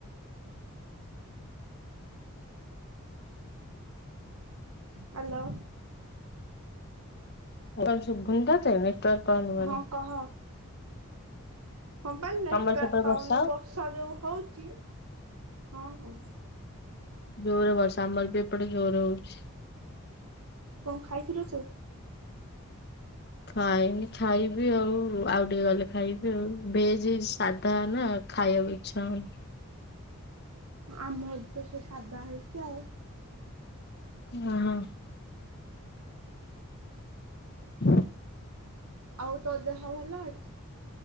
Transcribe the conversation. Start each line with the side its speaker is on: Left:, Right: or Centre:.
Right: ହ୍ୟାଲୋ।
Left: ମୁଁ କହିଲି ଶୁଭୁନି ତୋତେ ନେଟୱର୍କ ପାଉନି ବୋଲି।
Right: ହଁ କହ। ହଁ ବା ନେଟୱର୍କ
Left: ତମର ସେପଟେ
Right: ପାଉନି
Left: ହଉ
Right: ବର୍ଷା ଯୋଉ ହଉଛି ହଁ ହଁ।
Left: ଜୋରେ ବର୍ଷା ଆମର ବି ଏପଟେ ଜୋରେ ହଉଛି।
Right: କଣ ଖାଇଥିଲୁ ତୁ?
Left: ଖାଇନି ଖାଇବି ଆଉ ଆଉ ଟିକେ ଗଲେ ଖାଇବି ଆଉ ଭେଜ ସାଧା ନା ଖାଇବା ବି ଚା ମିନି।
Right: ଆମର ତ ସେଇ ସାଧା ହେଇଛି ଆଉ।
Left: ହଁ ହଁ। ହଁ
Right: ଆଉ ତୋ ଦେହ ଭଲ ଅଛି?